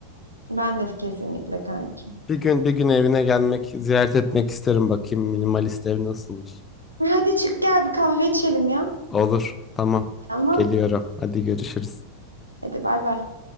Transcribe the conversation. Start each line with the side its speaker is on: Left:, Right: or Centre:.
Right: Ben de kesinlikle kanki.
Left: Bir gün bir gün evine gelmek, ziyaret etmek isterim bakayım minimalist ev nasılmış.
Right: Hadi çık gel bir kahve içelim ya.
Left: Olur. Tamam.
Right: Tamam.
Left: Geliyorum. Hadi görüşürüz.
Right: Hadi bay bay.